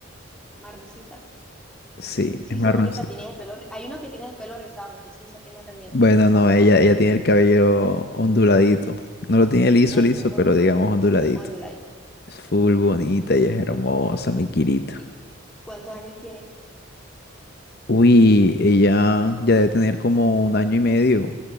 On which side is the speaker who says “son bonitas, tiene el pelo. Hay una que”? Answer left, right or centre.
Centre